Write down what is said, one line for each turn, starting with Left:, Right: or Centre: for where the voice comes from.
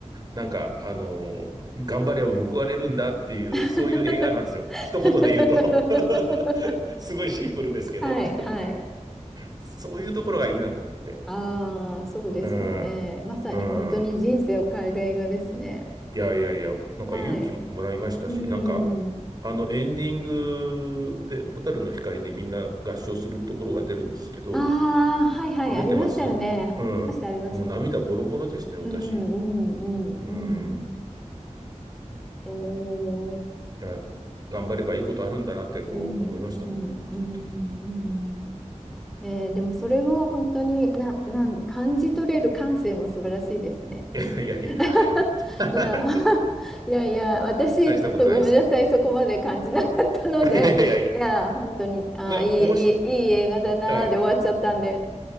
Right: なんか、あの、頑張れば報われるんだっていう、
Centre: <laughs>
Right: そういう映画なんですよ。一言で言うと <laughs> すごいシンプルですけど
Centre: はい、はい。
Right: そういうところがいいなと思って。
Centre: ああ、そうですよね。
Right: うん、
Centre: まさに本当に人生を変える映画ですね。
Right: うん。いやいやいや、なんか勇気もらいましたし、
Centre: はい。うん。
Right: なんか、あのエンディングで、蛍の光でみんな合唱するところが出るんですけど、
Centre: ああ、はいはい、
Right: 覚えてますうん。
Centre: ありましたよね。ありました、ありました。
Right: もう涙ボロボロでしたよ、
Centre: うん、
Right: 私。
Centre: うん、
Right: うん。
Centre: うん、うん。えー、
Right: いや、頑張ればいいことあるんだなって、こう思いましたもん、
Centre: うん、うん、
Right: その時。
Centre: うん、うん。
Right: うん
Centre: えー、でもそれを本当にな、なんで、感じ取れる感性も素晴らしいですね。
Right: <laughs>
Centre: <laughs>
Right: いやいや。<laughs>
Centre: いや、<laughs> いやいや、私、
Right: 大したことないですよ。
Centre: ちょっとごめんなさい、そこまで感じなかったので、
Right: <laughs> いやいやいやいや。
Centre: いや、本当に、あー、
Right: な、
Centre: いい、
Right: おもし、
Centre: いい、いい映画だなーで終わっちゃったんで、
Right: あ、